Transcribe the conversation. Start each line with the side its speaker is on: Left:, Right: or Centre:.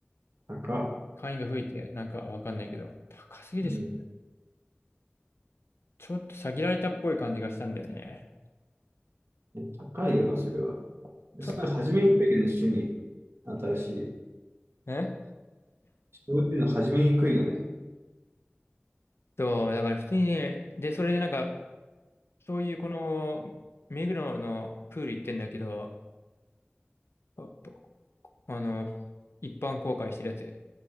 Right: 高。
Left: 会員が増えて、なんかわかんないけど、高すぎでしょ。
Right: うん、
Left: ちょっと詐欺られたっぽい感じがしたんだよね。
Right: 高いよな、それは。
Left: ちょっと、
Right: それ初めにくいよね、趣味。新しい。
Left: え
Right: そういうの始めにくいよね。
Left: そう、だから普通にね、で、それでなんか、そういうこの、目黒のプール行ってんだけど、あとあの、一般公開してるやつ。